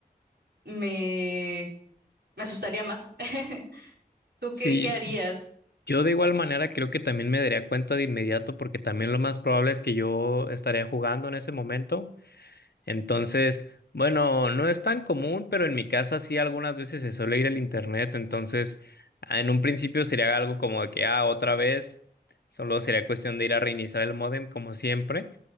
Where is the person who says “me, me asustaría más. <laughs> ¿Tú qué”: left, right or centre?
Right